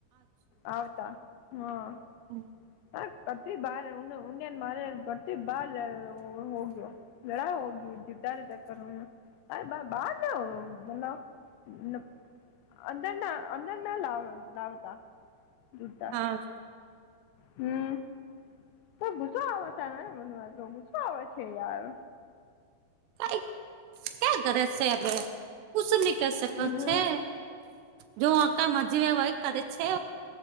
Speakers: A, on the left; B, on the right.
A: આવતા હ
B: હમ્મ
A: <unintelligible> <unintelligible> <unintelligible> અંદર ના અંદર ના લાવ લાવતા જૂતા
B: હા
A: હમ તો ગુસો આવતા ને મન તો ગુસ્સો આવે છે યાર.
B: કઈ ક્યા ઘરે છે હવે કછ નહી ક શકો
A: હમ
B: છે. જો આક મજીવે હોય કરે છે